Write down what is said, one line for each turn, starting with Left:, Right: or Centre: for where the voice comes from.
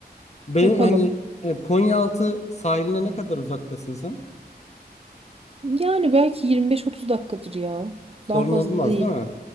Left: Benim
Right: yapalım.
Left: hani e, Konyaaltı sahiline ne kadar uzaktasın sen?
Right: Yani belki 25-30 dakikadır ya.
Left: Sorun
Right: Daha fazla
Left: olmaz
Right: değil.
Left: değil mi?